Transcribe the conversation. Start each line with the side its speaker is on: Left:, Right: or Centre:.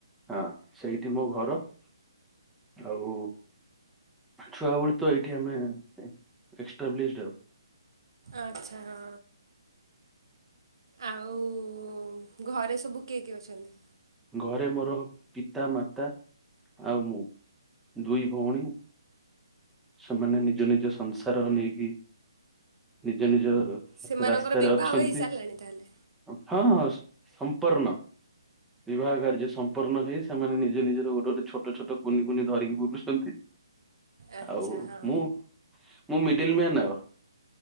Centre: ହଁ ସେଇଠି ମୋ ଘର- - ଆଉ ଛୁଆ ଭଳି ତ ଏଇଠି ଆମେ ଏକ୍ସଟାାବ୍ଲିଶଡ ଆଉ।
Right: ଆଚଛା ହଁ ଆଉ ଘରେ ସବୁ କିଏ କିଏ ଅଛନ୍ତି?
Centre: ଘରେ ମୋର ପିତା ମାତା- - ଆଉ ମୁଁ ଦୁଇ ଭଉଣୀ -- ସେମାନେ ନିଜ ନିଜ ସଂସାର ନେଇକି ନିଜ ନିଜ --
Right: ସେମାନଙ୍କର
Centre: ରାସ୍ତାରେ
Right: ବିବାହ
Centre: ଅଛନ୍ତି
Right: ହେଇସାରିଲାଣି ତାହେଲେ
Centre: ହଁ ହଁ ସମ୍ପୂର୍ଣ। ବିବାହ କାର୍ଯ୍ୟ ସମ୍ପନ୍ନ ହେଇ ସେମାନେ ନିଜ ନିଜର ଗୋଟେ ଗଟେ ଛୋଟ ଛୋଟ କୁନି କୁନି ଧରିକି ବୁଲୁଛନ୍ତି।
Right: ଆଚ୍ଛା
Centre: ଆଉ
Right: ହଁ
Centre: ମୁଁ ମୁଁ ମିଡିଲ ମ୍ୟାନ ଆଉ।